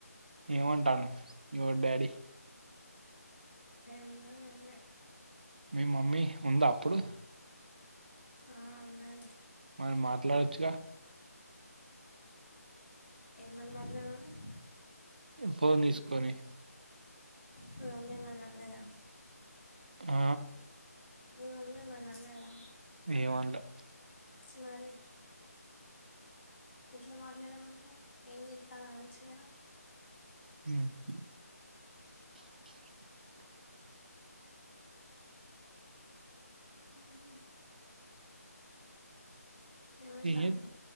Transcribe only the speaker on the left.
ఏమున్నది ఎం లే
ఆ ఉన్నది
ఏమని మాట్లాడాలీ
మీ మమ్మీ ఏమన్న అన్నదా
మీ మమ్మీ ఏమన్న అన్నదా
మరి ఎట్ల మాట్లాడమంటావు ఏం చెత్తనవ్ ఆనోచ్చు కదా
ఉమ్ ఏమంటాంది